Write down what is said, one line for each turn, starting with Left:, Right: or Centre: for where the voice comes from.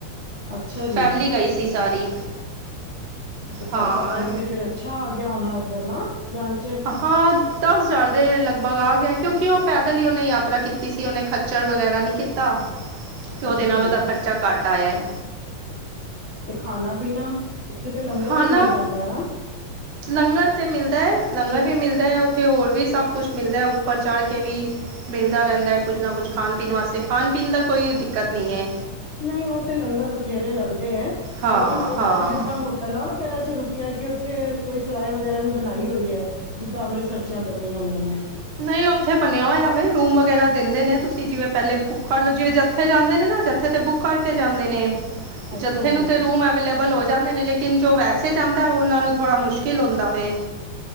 Left: ਅੱਛਾ ਜੀ,
Right: ਫੈਮਿਲੀ ਗਈ ਸੀ ਸਾਰੀ
Left: ਤੇ ਖ਼ਰਚਾ
Right: ਹਾਂ
Left: ਪਾਣੀ ਤੇ ਫਿਰ ਛਾ ਆ ਗਿਆ ਹੋਣਾ ਉੱਧਰ ਨਾ ਜਾਣ ਚ।
Right: ਹਾਂ, ਦਸ ਹਜ਼ਾਰ ਦੇ ਲਗਭਗ ਆ ਗਿਆ ਕਿਉਂਕਿ ਉਹ ਪੈਦਲ ਈ ਉਹਨੇ ਯਾਤਰਾ ਕੀਤੀ ਸੀ ਉਹਨੇ ਖਚ ਚੜ, ਵਗੈਰਾ ਨਈਂ ਕੀਤਾ।
Left: <inaudible>
Right: ਤੇ ਉਹਦੇ ਨਾਲ
Left: ਜੀ
Right: ਉਹਦਾ ਖਰਚਾ ਘੱਟ ਆਇਆ ਐ।
Left: ਤੇ ਖਾਣਾ-ਪੀਣਾ, ਉੱਥੇ ਤੇ ਲੰਗਰ
Right: ਖਾਣਾ
Left: ਵੀ ਮਿਲ ਜਾਂਦਾ ਐਨਾ।
Right: ਲੰਗਰ ਤੇ ਮਿਲਦਾ ਐ, ਲੰਗਰ ਵੀ ਮਿਲਦਾ ਐ, ਉੱਥੇ ਹੋਰ ਵੀ ਸਭ ਕੁਛ ਮਿਲਦਾ ਉਪ ਉੱਪਰ ਚੜ੍ਹ ਕੇ ਵੀ ਮਿਲਦਾ ਰਹਿੰਦਾ ਐ, ਕੁਝ ਨਾ ਕੁਝ ਖਾਣ-ਪੀਣ ਵਾਸਤੇ, ਖਾਣ-ਪੀਣ ਦਾ ਕੋਈ ਦਿੱਕਤ ਨਈ ਐ।
Left: ਨਈਂ, ਉਹ ਤੇ ਲੰਗਰ ਬਥੇਰੇ ਲੱਗਦੇ ਐ।
Right: ਹਾਂ
Left: ਲੇਕਿਨ ਉਦਾਂ
Right: ਹਾਂ
Left: ਜਿੱਦਾਂ ਹੋਟਲਾਂ, ਵਗੈਰਾ ਚ ਰੁਕਿਆ ਕਿ ਤੇ ਕੋਈ ਸਰਾਏ ਵਗੈਰਾ ਵੀ ਬਣਾਈ ਹੋਈ ਹੈ, ਜਿੱਦਾਂ ਅੰਮ੍ਰਿਤਸਰਚੀਆਂ ਬੰਨੀਆਂ ਹੋਈਆਂ ਨੇ।
Right: ਨਹੀਂ, ਉੱਥੇ ਬਣਿਆ ਹੋਇਆ ਵੇ, ਰੂਮ ਵਗੈਰਾ ਦਿੰਦੇ ਨੇ ਤੁਸੀਂ ਜਿਵੇਂ ਪਹਿਲੇ ਤੇ ਕੱਲ ਜਿਵੇ ਜੱਥੇ ਜਾਂਦੇ ਨੇ ਨਾ, ਜੱਥੇ ਤੇ ਬੁੱਕ ਕਰਕੇ ਜਾਂਦੇ ਨੇ।
Left: ਅੱਛਾ
Right: ਜੱਥੇ
Left: ਜੀ
Right: ਨੂੰ ਤੇ ਰੂਮ ਅਵੇਲੇਬਲ ਹੋ ਜਾਂਦੇ ਨੇ, ਲੇਕਿਨ ਜੋ ਵੈਸੇ ਜਾਂਦਾ ਉਹਨਾ ਨੂੰ ਥੋੜਾ ਮੁਸ਼ਕਿਲ ਹੁੰਦਾ ਵੇ।